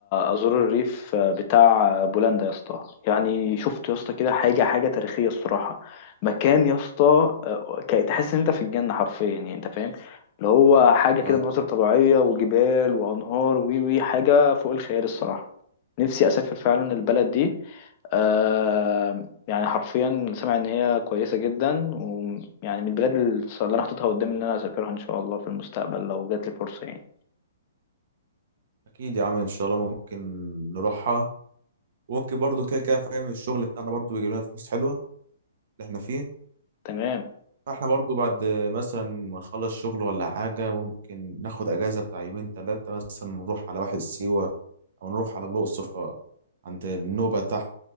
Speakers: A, on the left; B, on the right.
A: ازور الريف بتاع بولندا يا اسطى يعني شفت يا اسطى كده حاجه حاجه تاريخيه الصراحه مكان يا اسطى ك- تحس ان انت في الجنه حرفيا يعني انت فاهم اللي هو حاجه
B: آه،
A: كده مناظر طبيعيه وجبال وانهار وي وي حاجه فوق الخيال الصراحه نفسي اسافر فعلا البلد دي آه يعني حرفيا سامع ان هي كويسه جدا ويعني من البلاد اللي انا حاططها قدامي ان انا اسافرها ان شاء الله في المستقبل لو جات لي فرصه يعني
B: أكيد يا عم إن شاء الله ممكن نروحها وممكن برضو كده كده فاهم الشغل بتاعنا برضو بيجيب لنا فلوس حلوة اللي إحنا فيه
A: تمام
B: فإحنا برضو بعد آه، مثلا ما نخلص شغل ولا حاجة ممكن ناخد أجازة بتاع يومين تلاتة مثلا نروح على واحد سيوة او نروح على الاقصر ف- عند النوبه تحت